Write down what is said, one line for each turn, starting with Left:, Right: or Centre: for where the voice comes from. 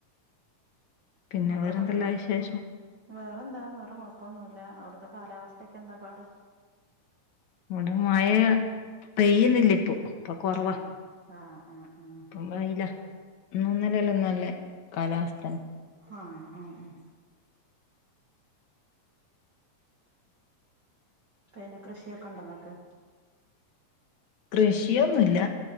Left: പിന്നെ
Right: മക്കള്
Left: വേറെന്തെല്ലാ
Right: പഠിക്കാ
Left: വിശേഷം
Right: ഉം വേറെന്താ വേറെ കൊഴപ്പൊന്നുമല്ല അവിടുത്തെ കാലാവസ്ഥക്ക എന്താ പാട്
Left: ഇവിടെ മഴ പെയ്യുന്നില്ല ഇപ്പൊ അപ്പൊ കൊറവാ
Right: ആഹ് ആഹ് ആഹ് ആഹ്
Left: ഇപ്പം വൈല ഇന്നും ഇന്നലിം ഒന്നല്ലല്ലോ നല്ല കാലാവസ്ഥന്ന
Right: ആഹ് ആഹ് ആഹ് പിന്നെ കൃഷിയൊക്കെ ഉണ്ട ഇങ്ങക്ക്
Left: കൃഷിയൊന്നുമില്ല